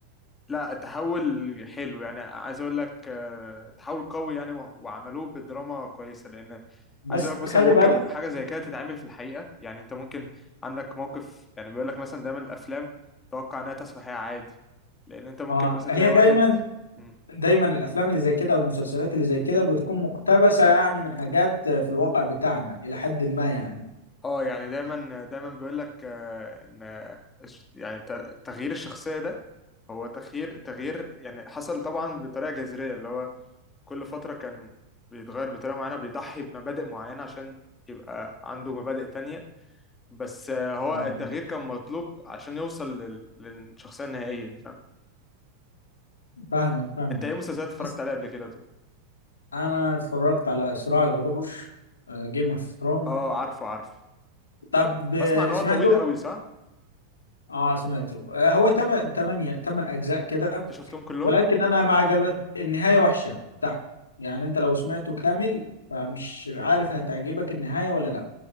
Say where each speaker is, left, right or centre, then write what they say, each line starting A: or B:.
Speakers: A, on the left (about 15°); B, on the left (about 70°).
A: لا تحول حلو يعني عايز اقول لك آه، تحول قوي يعني وع- وعملوه بدراما كويسه لان
B: بس
A: عايز اقول لك مثلا
B: خلي
A: ممكن
B: بالك
A: حاجه زي كده تتعمل في الحقيقه يعني انت ممكن عندك موقف يعني بيقول لك مثلا دايما الافلام توقع انها تحصل في الحقيقه عادي لان انت ممكن
B: اه
A: مثلا
B: هي
A: تلاقي واحد
B: دايما
A: مم.
B: دايما الافلام اللي زي كده او المسلسلات اللي زي كده بتكون مقتبسه يعني من حاجات في الواقع بتاعنا الى حد ما يعني
A: اه يعني دايما دايما بيقول لك آه، ان الش- يعني ت- تغيير الشخصيه ده هو تغيير تغيير يعني حصل طبعا بطريقه جذريه اللي هو كل فترة كان بيتغير بطريقة معينة بيضحي بمبادئ معينة عشان يبقى عنده مبادئ تانية بس آه، هو
B: اه
A: التغيير كان مطلوب عشان يوصل لل- للشخصية النهائية دي فاهم
B: فاهمك فاهمك
A: انت ايه مسلسلات اتفرجت
B: بس
A: عليها قبل كده طب
B: انا اتفرجت على صراع العروش جيم اوف ثرون
A: اه عارفه عارفه
B: طب آه،
A: بسمع ان هو
B: سمعته؟
A: طويل قوي صح
B: اه سمعته آه هو تمن تمانية تمن اجزاء كده
A: انت شفتهم كلهم
B: ولكن انا ما عجبت النهايه وحشه بتاعته يعني انت لو سمعته كامل فمش عارف هتعجبك النهايه ولا لا